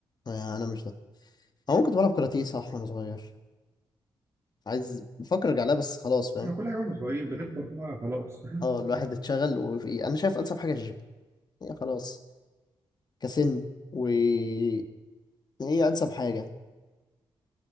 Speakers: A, on the left; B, on the right.
A: آه انا مش ده انا ممكن بلعب كاراتيه صح وانا صغير عايز بفكر ارجع لها بس خلاص فاهم
B: ما كل حاجه واحنا صغيرين بنكبر بقى خلاص
A: اه الواحد اتشغل وفي انا شايف انسب حاجه الجيم هي خلاص كسن و يعني هي انسب حاجه